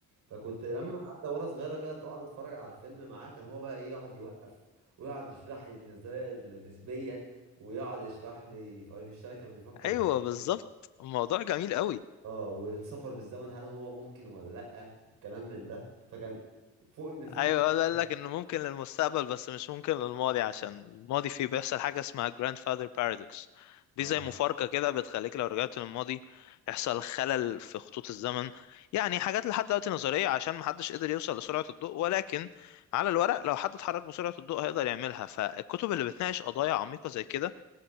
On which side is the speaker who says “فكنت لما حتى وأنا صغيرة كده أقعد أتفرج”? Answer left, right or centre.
Right